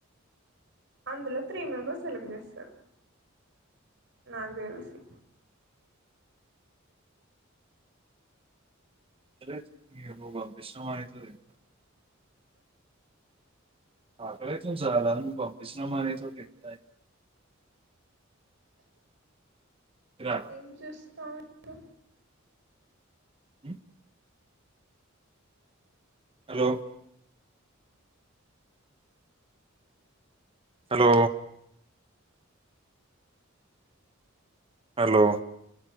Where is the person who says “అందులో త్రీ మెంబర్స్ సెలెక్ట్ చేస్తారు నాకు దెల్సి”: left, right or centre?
Right